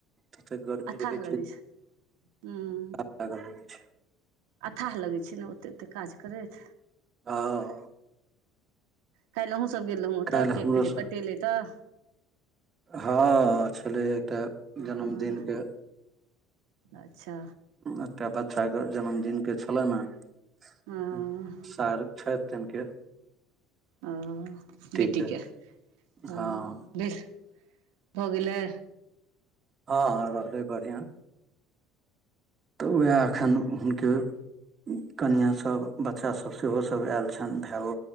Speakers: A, on the right (about 25°); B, on the right (about 80°).
A: तते गर्मी
B: अथाह
A: रहै
B: लगै छै हूं
A: आगा लगै छैय
B: अथाह लगै छै न ओते ओते काज करैथ
A: हँ
B: काल्हि अहुं सब गेल रहु ओतऽ
A: काल्हि
B: केक
A: हमरो
B: जे
A: सँ
B: कटेले तऽ
A: हँ छलै एकटा जन्मदिनके
B: हँ अच्छा
A: एकटा बच्चा के जन्मदिन के छलैन हँ
B: हँ
A: सार छैथ जनके
B: ओ
A: टीके
B: बेटीके ओ
A: हँ
B: बीस भऽ गेलै
A: हँ हँ रहलै बढ़िआं तऽ उएह एखन हुनके कनिआँ सब बच्चासभ सेहो सभ आयल छनि भायो